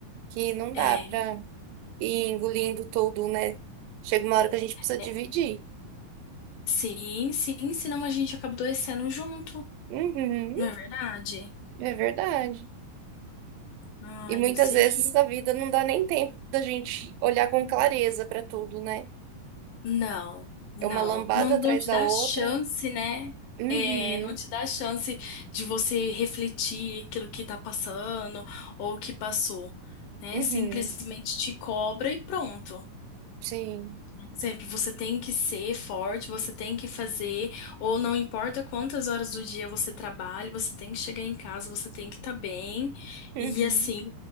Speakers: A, on the right (about 85°); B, on the left (about 75°).
A: Que não dá
B: é,
A: para ir engolindo tudo, né? Chega uma hora que a gente precisa
B: é,
A: dividir.
B: sim, sim, senão a gente acaba adoecendo junto,
A: Uhum.
B: não é verdade?
A: É verdade.
B: Ai,
A: E muitas
B: eu sei
A: vezes
B: que
A: a vida não dá nem tempo da gente olhar com clareza para tudo, né?
B: Não, não,
A: É uma lambada
B: não, não
A: atrás
B: te
A: da
B: dá
A: outra.
B: chance, né?
A: Uhum,
B: É, não te dá chance de você refletir aquilo que tá passando ou que passou, né?
A: uhum,
B: Simplesmente te cobra e pronto.
A: sim.
B: Por exemplo, você tem que ser forte, você tem que fazer, ou não importa quantas horas do dia você trabalha, você tem que chegar em casa, você tem que estar bem,
A: Uhum.
B: e assim